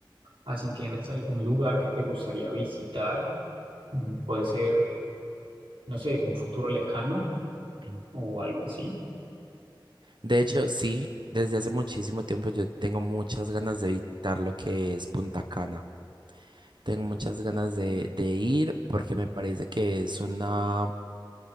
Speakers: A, on the right; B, on the right.
A: a si tienes algún lugar que te gustaría visitar, mm, puede ser, no sé, un futuro lejano
B: Ujú.
A: o algo así.
B: De hecho, sí, desde hace muchísimo tiempo yo tengo muchas ganas de visitar lo que es Punta Cana. Tengo muchas ganas de, de ir porque me parece que es una